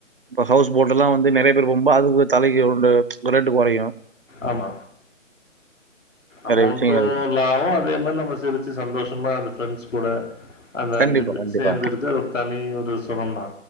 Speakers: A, on the right (about 45°); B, on the left (about 75°).
A: இப்ப ஹவுஸ் போட் எல்லா வந்து நெறைய பேர் போகு போ அதுக்கு தலைக்கு உள்ள ரேட்டு குறையு
B: ஆமா அமௌன்டோ
A: நிறைய விஷயங்கள்.
B: லாவ்வோ அதே மாரி நம்ம சிரிச்சு சந்தோஷமா அந்த ஃப்ரெண்ட்ஸ் கூட அந்த
A: கண்டிப்பா,
B: அஞ்சு பேர்
A: கண்டிப்பா.
B: சேந்துருக்கு ஒரு தனி ஒரு சுகம் தா